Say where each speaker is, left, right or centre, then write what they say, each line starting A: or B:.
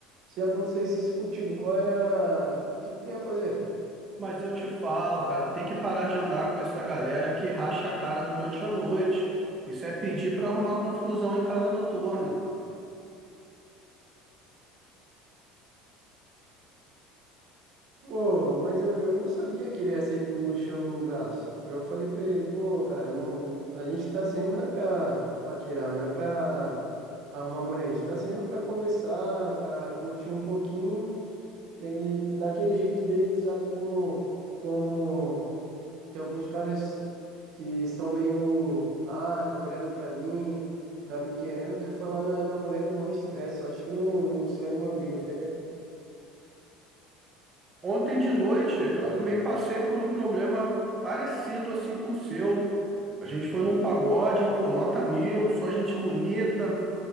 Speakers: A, on the right; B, on the right.
A: Se acontecesse isso contigo, qual era. O que que tu ia fazer?
B: Mas eu te falo, cara, tem que parar de andar com essa galera que racha a cara durante a noite. Isso é pedir pra arrumar confusão em casa noturna.
A: Pô, mas eu, eu não sabia que ele ia sair puxando no braço. Eu falei pra ele, pô, cara, não... a gente tá saindo não é pra paquerar, não é pra arrumar mulher. A gente tá saindo pra conversar, pra curtir um pouquinho. Ele, daquele jeito dele, tu sabe como, como tem alguns caras que são meio, ah, tá olhando pra mim, tá me querendo, daí foi lá na, na mulher, deu maior estresse, só acho que não, não saiu nenhuma briga, eu fiquei até
B: Ontem de noite
A: preocupado.
B: eu também passei por um problema parecido assim com o seu. A gente foi num pagode, pô, nota mil, só gente bonita,